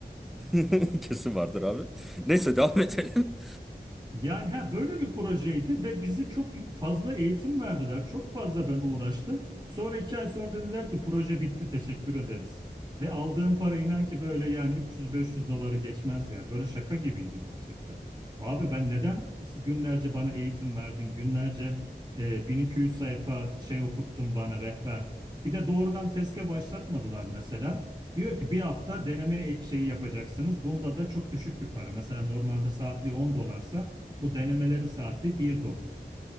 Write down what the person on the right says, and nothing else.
Yani ha böyle bir projeydi ve bizi çok fazla eğitim verdiler. Çok fazla ben uğraştım. Sonra iki ay sonra dediler ki proje bitti teşekkür ederiz. Ve aldığım para inan ki böyle yani 300-500 doları geçmez ya. Böyle şaka gibiydi gerçekten. Abi ben neden günlerce bana eğitim verdin? Günlerce e, 1200 sayfa şey okuttun bana rehber. Bir de doğrudan TESK'e başlatmadılar mesela. Diyor ki bir hafta deneme e- şeyi yapacaksınız. Bunda da çok düşük bir para. Mesela normalde saatli 10 dolarsa bu denemelerin saatli bir dolar.